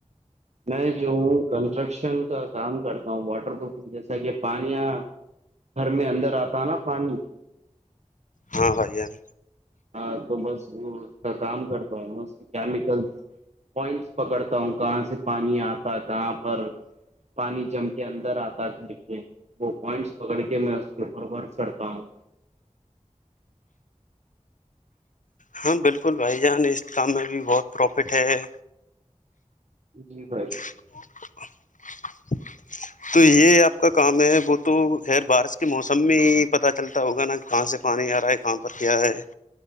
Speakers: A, on the right (about 60°); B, on the left (about 85°).
A: میں جو ہوں کنسٹرکشن کا کام کرتا ہوں واٹر پروف جیسا کہ پانیاں گھر میں اندر آتا ہے نا پانی
B: ہاں بھائی جان
A: ہاں تو بس وہ اس کا کام کرتا ہوں بس کیمیکل پوائنٹس پکڑتا ہوں کہاں سے پانی آتا کہاں پر پانی جم کے اندر آتا گھر کے وہ پوائنٹس پکڑ کے میں اس کے اوپر ورک کرتا ہوں
B: ہاں بالکل بھائی جان اس کام میں بھی بہت پروفٹ ہے
A: جی بھائی جان
B: <inaudible> تو یہ آپ کا کام ہے وہ تو خیر بارش کے موسم میں ہی پتا چلتا ہوگا نا کہاں سے پانی آ رہا ہے کہاں پر کیا ہے